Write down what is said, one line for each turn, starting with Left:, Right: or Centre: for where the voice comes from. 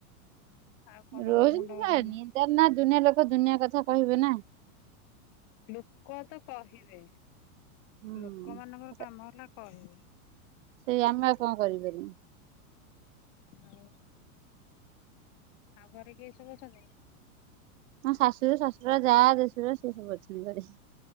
Left: ଆଉ କଣ
Right: ରହୁଛନ୍ତି
Left: ମୁଣ୍ଡ ବାଡେଇବେ
Right: ନି ନା <unintelligible> ଦୁନିଆ ଲୋକ ଦୁନିଆ କଥା କହିବେ ନା।
Left: ଲୋକ ତ କହିବେ।
Right: ହୁଁ।
Left: ଲୋକମାନଙ୍କର କାମ ହେଲା କହିବେ।
Right: ସେଇ ଆମେ ଆଉ କଣ କରିପାରିବୁ?
Left: ହଁ। ଆଉ ଘରେ କିଏ ସବୁ ଅଛନ୍ତି?
Right: ମୋ ଶାଶୁର ଶାଶୁର ଯାଆ ଦେଶୁରା ସେ ସବୁ ଅଛନ୍ତି ଘରେ।